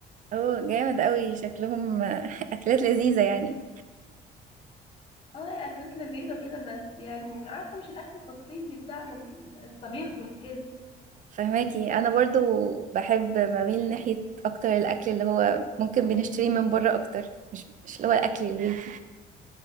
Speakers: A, on the right (about 50°); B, on the left (about 30°).
A: اوه جامد قوي شكلهم آه، <laughs> اكلات لذيذة يعني
B: اه هي اكلات لذيذه وكده بس يعني عارفه مش الاكل التقليدي بتاعنا ال- الطبيخ وكده
A: فهماكي انا برضو بحب بميل ناحية اكتر الاكل اللي هو ممكن بنشتريه من بره اكتر مش مش اللي هو الاكل البيتي